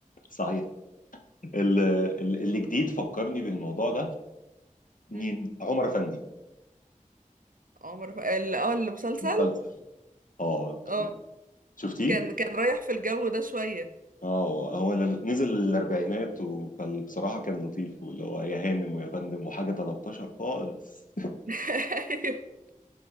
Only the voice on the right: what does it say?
أمم.
عمر ف... <laughs> ال- اه المسلسل
اه
كان كان رايح في الجو ده شويه
<laughs>